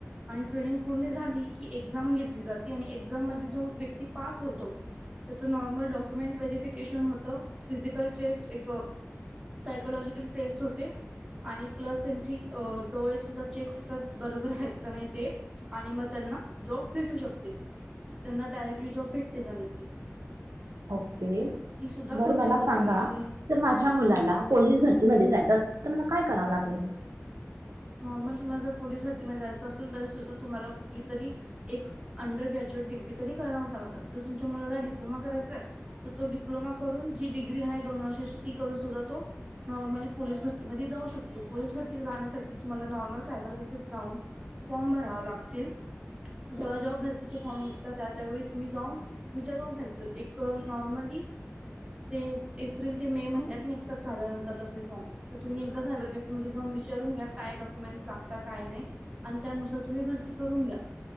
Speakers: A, on the right; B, on the right.
A: आणि ट्रेनिंग पूर्ण झाली की एक एक्झाम घेतली जाते आणि एक्झाम मध्ये जो व्यक्ती पास होतो त्याचं नॉर्मल डॉक्युमेंट व्हेरिफिकेशन होतं फिजिकल टेस्ट एक सायकोलॉजिकल टेस्ट होते. आणि प्लस त्यांची डोळे सुद्धा चेक होतात बरोबर आहेत का नाही ते. आणि मग त्यांना जॉब भेटू शकते त्यांना डायरेक्टली जॉब भेटतेच आणि ती.
B: ओके!
A: ती सुद्धा
B: बरं
A: करू
B: मला
A: शकता
B: सांगा
A: तुम्ही आणि
B: तर माझ्या
A: हम्म.
B: मुलाला पोलीस भरतीमध्ये जायचं असेल तर त्याला काय करावं लागेल?
A: नॉर्मल तुम्हाला जर पोलीस भरतीमध्ये जायचं असेल तरी सुद्धा तुम्हाला कुठली तरी एक अंडर ग्रॅज्युएट डिग्री तरी करांवच लागणार आता जर तुमच्या मुलाला डिप्लोमा करायचाय तर तो डिप्लोमा करून जी डिग्री आहे दोन वर्षाची ती करून सुद्धा तो नॉर्मली पोलीस भरतीमध्ये जाऊ शकतो. पोलीस भरती जाण्यासाठी तुम्हाला नॉर्मल सायबर कॅफेत जाऊन फॉर्म भरावे लागतील. जेव्हा-जेव्हा भरतीचे फॉर्म निघतात त्या-त्यावेळी तुम्ही जाऊन विचारुन घ्यायचं. एक नॉर्मली ते एप्रिल ते मे महिन्यात निघतात साधारणता तसले फॉर्म. तर तुम्ही एकदा सायबर कॅफेमध्ये जाऊन वि काय डॉक्युमेंट लागतात काय नाही तर त्यानुसार तुम्ही भरती करून घ्या.